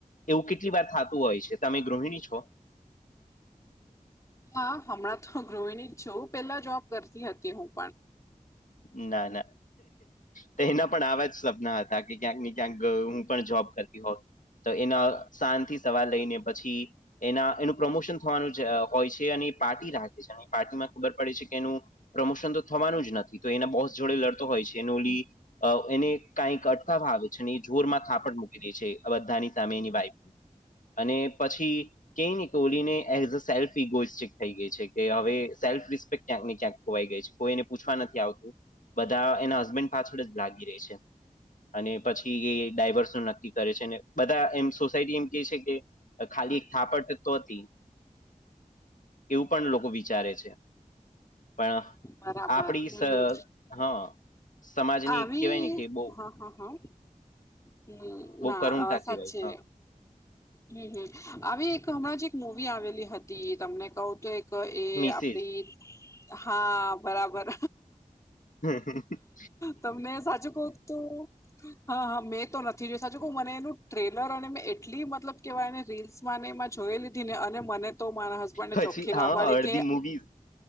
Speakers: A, on the left; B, on the left.
A: એવું કેટલી વાર થાતું હોય છે તમે ગૃહિણી છો
B: હા હમણાં તો ગૃહિણી જ છું પેલા જોબ કરતી હતી હું પણ
A: ના ના તો એના પણ આવા જ સપના હતા કે ક્યાંક ને ક્યાંક હું પણ જોબ કરતી હોઉ તો એના શાંજથી સવાર લઈને પછી એના એનું પ્રમોશન થવાનું જ હોય છે અને એ પાર્ટી રાખે છે અને પાર્ટીમાં ખબર પડે છે કે એનું પ્રમોશન તો થવાનું જ નથી તો એના બોસ જોડે લડતો હોય છે એનો ઓલી એને કઈક અટકાવવા આવે છે ને એ જોર માં થાપડ મૂકી દે છે બધાની સામે એની વાઈફ અને પછી કેને ઓલીને એઝ અ સેલ્ફ ઇગોઇસ્ટિક થઈ ગઈ છે કે હવે સેલ્ફ રિસ્પેક્ટ ક્યાંક ને ક્યાંક ખોવાઈ ગઈ છે કોઈ એને પૂછવા નથી આવતું બધા એના હસબન્ડ પાછળ જ લાગી રે છે અને પછી એ ડાયવર્સ નું નક્કી કરે છે ને બધા એમ સોસાયટી એમ કે છે કે ખાલી એક થાપટ તો હતી એવું પણ લોકો વિચારે છે પણ
B: બરાબર
A: આપડી
B: હમ
A: શ
B: હમ
A: હ સમાજની
B: આવી
A: કહેવાય ને કે બો
B: હા હા હા હમ ના
A: કરુણતા
B: સાચે
A: કહેવાય હા
B: હમ હમ આવી એક હમણાં જ એક મૂવી આવેલી હતી તમને કવ તો એક કે એ
A: મિસિસ
B: આપડી હા બરાબર.
A: હ!
B: તમને સાચું કઉ તો હા હા, મેં તો નથી જોઈ સાચુ કવ મને એનું ટ્રેલર અને મે એટલી મતલબ કેવાય ને રીલ્સ. એમાં ને એમાં જોયે લીધી ને અને મને તો મારા હસબન્ડ ને
A: પછી
B: ચોખ્ખી ના
A: હા
B: પાડે
A: અડધી
B: કે.
A: મૂવી